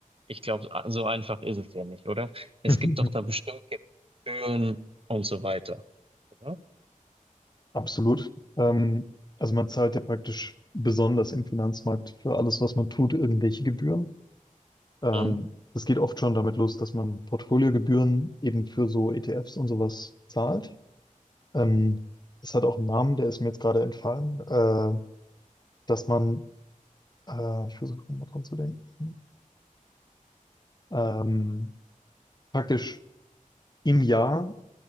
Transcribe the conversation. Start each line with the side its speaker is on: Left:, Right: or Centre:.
Right: Ich glaube, so einfach ist es ja nicht, oder? Es
Left: <laughs>
Right: gibt doch da bestimmt Gebühren und so weiter, oder?
Left: Absolut. Ähm, also man zahlt ja praktisch besonders im Finanzmarkt für alles, was man tut, irgendwelche Gebühren. Ähm,
Right: Mhm.
Left: das geht oft schon damit los, dass man Portfoliogebühren eben für so ETFs und sowas zahlt. Ähm, das hat auch einen Namen, der ist mir jetzt gerade entfallen, äh, dass man, äh, ich versuche mal dran zu denken, ähm, praktisch im Jahr